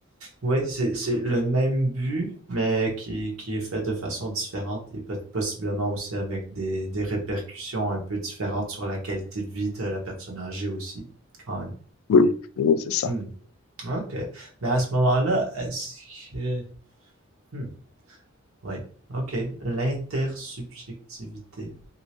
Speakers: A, on the right; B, on the left.
A: Ouais, c'est, c'est le même but, mais qui, qui est fait de façon différente et peut possiblement aussi avec des, des répercussions un peu différentes sur la qualité de vie de la personne âgée aussi, quand même.
B: Oui, oui, c'est ça.
A: Hmm. OK. Mais à ce moment-là, est-ce que... Hmm. Oui. OK. L'intersubjectivité.